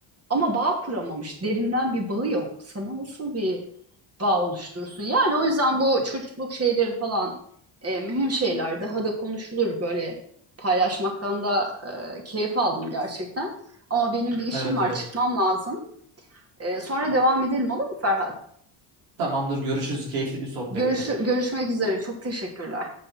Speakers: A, on the right; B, on the right.
A: ama bağ kuramamış. Derinden bir bağı yok. Sana nasıl bir bağ oluşturursun? Yani o yüzden bu çocukluk şeyleri falan e, mühim şeyler. Daha da konuşulur böyle paylaşmaktan da e, keyif aldım gerçekten. Ama benim bir işim
B: <laughs> evet
A: var
B: evet.
A: çıkmam lazım. E, sonra devam edelim olur mu Ferhat?
B: Tamamdır görüşürüz. Keyifli bir sohbetti.
A: Görüş, görüşmek üzere. Çok teşekkürler.